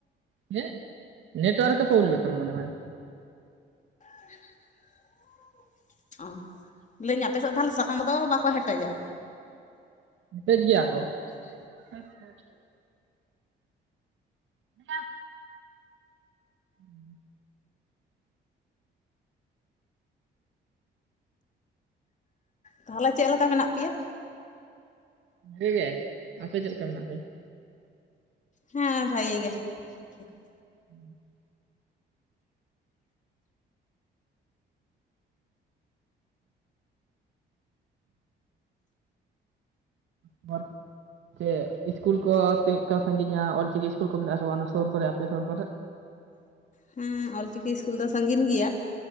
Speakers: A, on the right; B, on the left.
A: <unintelligible> ᱱᱮᱴᱚᱣᱟᱨᱠ ᱮ ᱯᱨᱚᱵᱞᱮᱢ ᱛᱟᱢᱟ ᱢᱚᱱᱮ ᱦᱚᱭ
B: <unintelligible> ᱚ ᱞᱟᱹᱭ ᱮᱜᱟᱧ ᱟᱯᱮ ᱥᱮᱫ ᱫᱚ ᱛᱟᱦᱚᱞᱮ ᱥᱟᱠᱟᱢ ᱫᱚ ᱵᱟᱠᱚ ᱦᱮᱴᱮᱡᱟ
A: ᱦᱮᱯᱮᱡ ᱜᱮᱭᱟ ᱠᱚ ᱾
B: <unintelligible>
A: ᱟᱪᱷᱟ - ᱟᱪᱷᱟ᱾ ᱫᱮᱞᱟ ᱾ ᱦᱩᱸ
B: ᱛᱟᱦᱚᱞᱮ ᱪᱮᱫ ᱞᱮᱠᱟ ᱢᱮᱱᱟᱜ ᱯᱮᱭᱟ᱾
A: ᱵᱷᱟᱹᱜᱤ ᱜᱮ ᱟᱯᱮ ᱪᱮᱫ ᱞᱮᱠᱟ ᱢᱮᱱᱟᱜ ᱯᱮᱭᱟ?
B: ᱦᱮᱸ ᱵᱷᱟ. ᱜᱤ ᱜᱮ ᱾ ᱟᱪᱷᱟ ᱾
A: <unintelligible> ᱵᱟᱨᱼᱼ ᱪᱮᱫ ᱤᱥᱠᱩᱞ ᱠᱚ ᱛᱤᱱᱟ. ᱜᱟᱱ ᱥᱟᱺᱜᱤᱧᱟ, ᱚᱞ ᱪᱤᱠᱤ ᱤᱥᱠᱩᱞ ᱠᱚ ᱢᱮᱱᱟᱜ-ᱟ ᱥᱮ ᱵᱟᱝ ᱚᱱᱟ ᱥᱩᱨ ᱠᱚᱨᱮ ᱟᱯᱮ ᱥᱩᱨ ᱠᱚᱨᱮᱜ?
B: ᱦᱩᱸ ᱚᱞ ᱪᱤᱠᱤ ᱤᱥᱠᱩᱞ ᱫᱚ ᱥᱟᱺᱜᱤᱧ ᱜᱮᱭᱟ